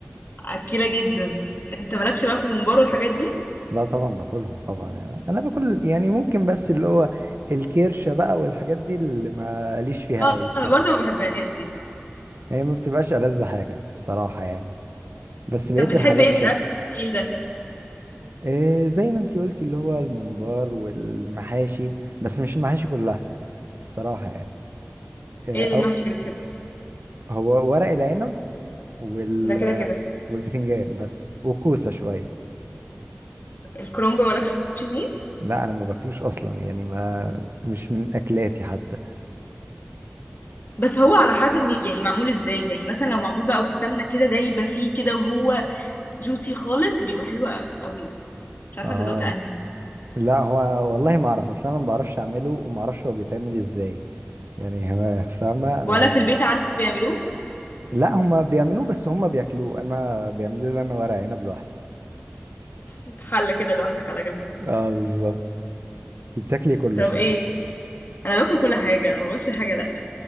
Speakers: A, on the left; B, on the right.
A: اكيله جدا انت مالكش بقى في الممبار والحاجات دي
B: لا طبعا باكلهم طبعا انا باكل يعني ممكن بس اللي هو الكرشة بقى والحاجات دي اللي ماليش فيها
A: اه
B: قوي الصراحة
A: انا برضو ما بحبهاش دي
B: هي ما بتبقاش ألذ حاجة الصراحة يعني بس بقية
A: طب بتحب
B: الحاجات
A: ايه من الاكل التقيل ده
B: إيه زي ما انتي قلتي اللي هو الممبار والمحاشي بس مش المحاشي كلها الصراحة يعني إيه
A: ايه المحشي
B: أو
A: اللي بتحبه
B: هو ورق العنب وال
A: ده كده كده
B: والبتنجان بس وكوسة شوية
A: الكرنب مالكش فيه
B: لا انا ما باكلوش اصلا يعني ما مش من اكلاتي حتى
A: بس هو على حسب مي- يعني معمول ازاي يعني مثلا لو معمول بقى والسمنه كده دايبه فيه كده وهو جوسي خالص بيبقى حلو قوي مش عارفه
B: اه
A: انت دوت انهي
B: لا هو والله ما اعرف اصلا انا ما بعرفش اعمله وما اعرفش هو بيتعمل ازاي يعني <laughs> هو- فاهمة انا
A: ولا في البيت عندك بيعملوه
B: لا هما بيعملوه بس هما بياكلوه انا بيعملوا لي انا ورق عنب لوحدي
A: انت حله كده لوحدك على جنب
B: اه بالظبط انت بتاكلي كله
A: طب
B: شكلك
A: ايه انا باكل كل حاجه ما بقولش حاجه لا